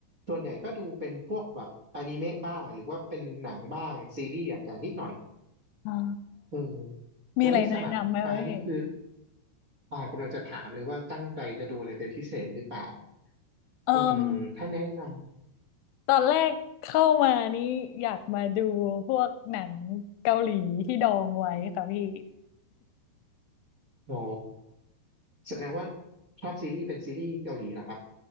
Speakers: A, on the right; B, on the left.
A: ส่วนใหญ่ก็ดูเป็นพวกแบบอนิเมะบ้างหรือว่าเป็นหนังบ้างซีรีส์อาจจะนิดหน่อย
B: อ๋อ
A: อืม
B: มีอะไรแนะนำไหมครับพี่
A: แล้วนี่สมัครมานี่คืออ่ากำลังจะถามเลยว่าตั้งใจจะดูอะไรเป็นพิเศษหรือเปล่า
B: เอ่ม
A: อืมถ้าแนะน
B: ตอนแรกเข้ามานี่อยากมาดูพวกหนังเกาหลีที่ดองไว้ค่ะพี่
A: ำอ๋อแสดงว่าชอบซีรีส์เป็นซีรีส์เกาหลีเหรอครับ